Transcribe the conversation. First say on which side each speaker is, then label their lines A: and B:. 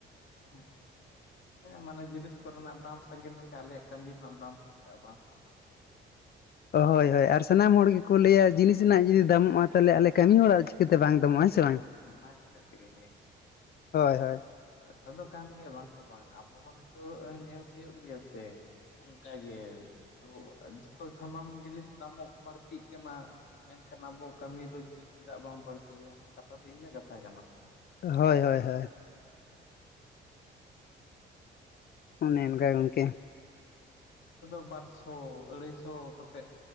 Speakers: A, on the left; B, on the left.
A: ᱦᱮᱸ ᱦᱮᱸ ᱢᱟᱱᱮ ᱡᱤᱱᱤᱥ ᱠᱚᱨᱮᱱᱟᱜ ᱫᱟᱢ ᱥᱟᱸᱜᱮ ᱞᱮᱱᱠᱷᱟᱱ ᱟᱞᱮᱭᱟᱜ ᱠᱟᱹᱢᱤ ᱨᱮᱱᱟᱜ ᱫᱟᱢ ᱫᱚ ᱪᱮᱫᱟᱜ ᱵᱟᱝ ᱥᱟᱸᱜᱮ ᱟ ᱥᱮᱪᱮᱫᱼᱼ
B: ᱦᱳᱭ ᱦᱳᱭ ᱟᱨ ᱥᱟᱱᱟᱢ ᱦᱚᱲ ᱜᱮᱠᱚ ᱞᱟᱹᱭᱟ ᱡᱤᱱᱤᱥ ᱨᱮᱱᱟᱜ ᱡᱩᱫᱤ ᱫᱟᱢᱚᱜᱼᱟ ᱛᱟᱦᱚᱞᱮ ᱟᱞᱮ ᱠᱟᱹᱢᱤ ᱦᱚᱲ ᱟᱨ ᱪᱤᱠᱟᱹᱛᱮ ᱵᱟᱝ ᱫᱟᱢᱚᱜᱼᱟ ᱦᱮᱸᱥᱮ ᱵᱟᱝ
A: ᱚᱱᱟ ᱠᱷᱟᱹᱛᱤᱨ ᱛᱮᱜᱮᱧ
B: ᱦᱳᱭ ᱦᱳᱭ᱾
A: ᱛᱚᱵᱮ ᱠᱟᱱ ᱜᱮᱭᱟ ᱵᱟᱝ ᱫᱚ ᱵᱟᱝ ᱟᱵᱚ ᱦᱚᱸ ᱱᱤᱛᱚᱜ ᱧᱮᱞ ᱦᱩᱭᱩᱜ ᱜᱮᱭᱟ ᱥᱮ᱾ ᱚᱱᱠᱟ ᱜᱮ ᱱᱤᱛᱚᱜ ᱡᱷᱚᱛᱚ ᱥᱟᱱᱟᱢ ᱡᱤᱱᱤᱥ ᱫᱟᱢ ᱦᱚᱸ ᱵᱟᱹᱲᱛᱤᱜ ᱠᱟᱱᱟ᱾ ᱢᱮᱱᱠᱷᱟᱱ ᱟᱵᱚᱣᱟᱜ ᱠᱟᱹᱢᱤ ᱨᱳᱡᱽ ᱫᱚ ᱪᱮᱫᱟᱜ ᱵᱟᱝ ᱵᱟᱹᱲᱛᱤᱜᱼᱟ ᱠᱟᱛᱷᱟ ᱫᱚ ᱤᱱᱟᱹᱜ ᱠᱟᱛᱷᱟ ᱠᱟᱱᱟ ᱥᱮ?
B: ᱦᱳᱭ ᱦᱳᱭ ᱦᱳᱭ ᱚᱱᱮ ᱚᱱᱠᱟ ᱜᱚᱝᱠᱮ᱾
A: ᱟᱫᱚ ᱵᱟᱨ ᱥᱚ ᱟᱹᱲᱟᱹᱭ ᱥᱚ ᱠᱟᱛᱮᱜ